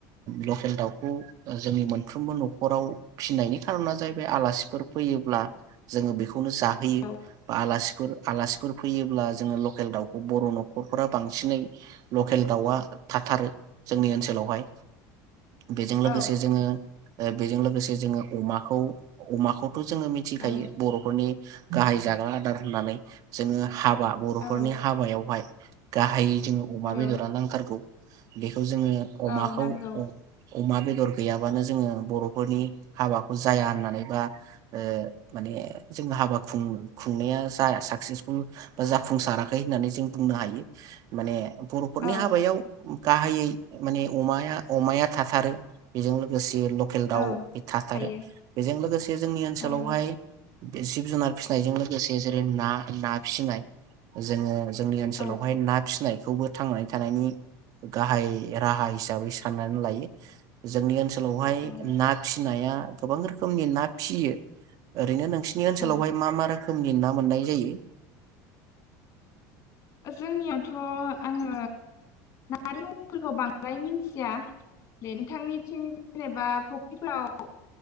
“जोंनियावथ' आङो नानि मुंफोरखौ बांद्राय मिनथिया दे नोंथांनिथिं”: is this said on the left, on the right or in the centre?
Left